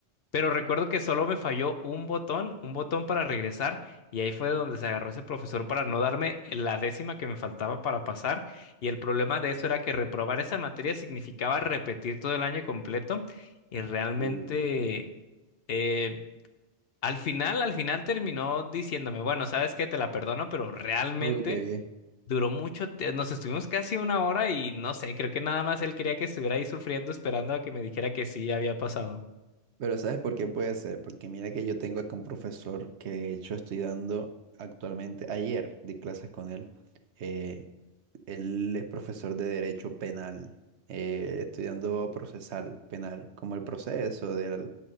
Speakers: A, on the left; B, on the right.
A: pero recuerdo que solo me falló un botón, un botón para regresar, y ahí fue donde se agarró ese profesor para no darme la décima que me faltaba para pasar, y el problema de eso era que reprobar esa materia significaba repetir todo el año completo, y realmente...
B: Uh,
A: eh, al final, al final terminó diciéndome, bueno, sabes qué, te la perdono, pero realmente
B: Uy, qué bien.
A: duró mucho, te- nos estuvimos casi una hora y no sé, creo que nada más él quería que estuviera ahí sufriendo, esperando a que me dijera que sí había pasado.
B: Pero ¿sabes por qué puede ser? Porque mira que yo tengo acá un profesor que de hecho estoy dando actualmente, ayer di clases con él. Eh, Él es profesor de Derecho Penal, eh, estudiando procesal penal, como el proceso del